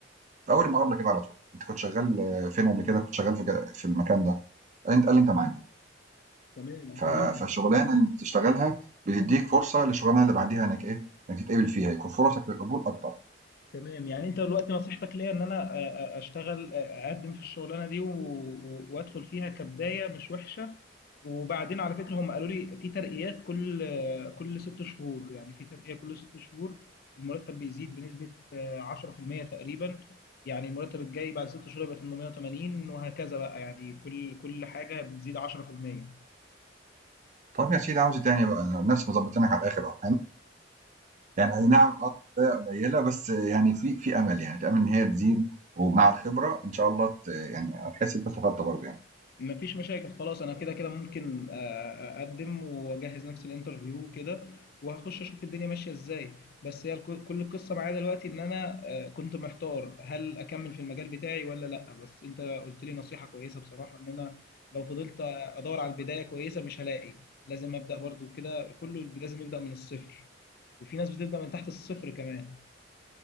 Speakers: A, on the right; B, on the left.
A: في أول المقابلة كده على طول، "أنت كنت شغال آه، فين قبل كده؟" "كنت شغال في ك في المكان ده." قال لي: "أنت" قال لي: "أنت معانا."
B: تمام
A: ف
B: فهمتك
A: فالشغلانة اللي بتشتغلها بتدّيك فرصة للشغلانة اللي بعديها إنك إيه، إنك تتقبل فيها، يكون فرصك للقبول أكتر.
B: تمام يعني انت دلوقتي نصيحتك ليا ان انا أ- أ- اشتغل أ- اقدم في الشغلانه دي و- و- وادخل فيها كبدايه مش وحشه وبعدين على فكره هم قالوا لي في ترقيات كل كل ست شهور يعني في ترقيه كل ست شهور المرتب بيزيد بنسبه آه، 10% تقريبا يعني المرتب الجاي بعد ست شهور يبقى 880 وهكذا بقى يعني كل كل حاجه بتزيد 10%
A: طب يا سيدي عاوز إيه تاني بقى؟ الناس مضبطينك على الآخر أهو. يعني أي نعم آه شوية قليلة، بس يعني في في أمل يعني، في أمل إن هي تزيد ومع الخبرة إن شاء الله ت يعني هتحس إن أنت استفدت برضه يعني.
B: مفيش مشاكل خلاص انا كده كده ممكن آه، آه، اقدم واجهز نفسي الانترفيو كده وهخش اشوف الدنيا ماشيه ازاي بس هي الك- كل القصه معايا دلوقتي ان انا آه، كنت محتار هل اكمل في المجال بتاعي ولا لا بس انت قلت لي نصيحه كويسه بصراحه ان انا لو فضلت ادور على البدايه كويسه مش هلاقي لازم ابدا برضو كده كله لازم يبدا من الصفر وفي ناس بتبدا من تحت الصفر كمان